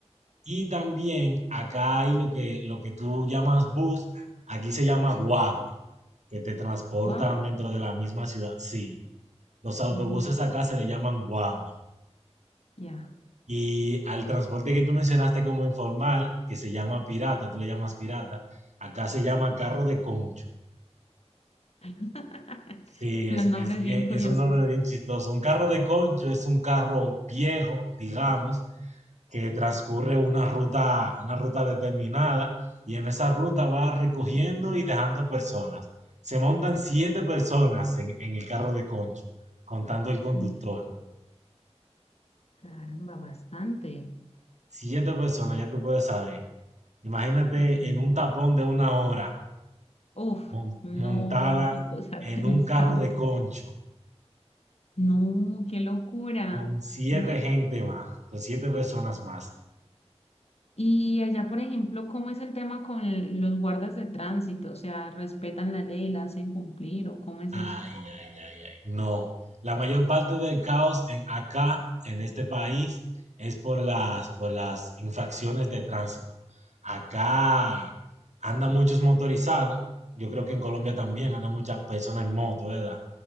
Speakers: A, on the right; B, on the left.
A: y también acá hay lo que, lo que tú llamas bus, aquí se llama guagua, que te transportan
B: Guagua,
A: dentro de la misma ciudad. Sí, los autobuses
B: oh,
A: acá se le llaman guagua.
B: ya.
A: Y al transporte que tú mencionaste como informal, que se llama pirata, tú le llamas pirata, acá se llama carro de concho.
B: <laughs>
A: Sí, es,
B: Los nombres
A: es bien,
B: bien curiosos.
A: es un nombre bien chistoso. Un carro de concho es un carro viejo, digamos, que transcurre una ruta, una ruta determinada y en esa ruta va recogiendo y dejando personas. Se montan siete personas en, en el carro de concho, contando el conductor.
B: Uf, caramba, bastante.
A: Siete personas, ya tú puedes saber. Imagínate
B: Pequeño.
A: en un tapón de una hora
B: Uf,
A: mon-
B: no,
A: montada
B: qué cosa
A: en
B: <laughs> tan
A: un
B: espanto.
A: carro de concho
B: No, qué locura.
A: con siete
B: No,
A: gente más, con siete personas más.
B: Y allá, por ejemplo, ¿cómo es el tema con los guardas de tránsito? O sea, ¿respetan la ley, la hacen cumplir o cómo es eso?
A: Ay, ay, ay, ay. No. La mayor parte del caos en acá, en este país, es por las, por las infracciones de tránsito. Acá andan muchos motorizados. Yo creo que en Colombia también andan muchas personas en moto, ¿verdad?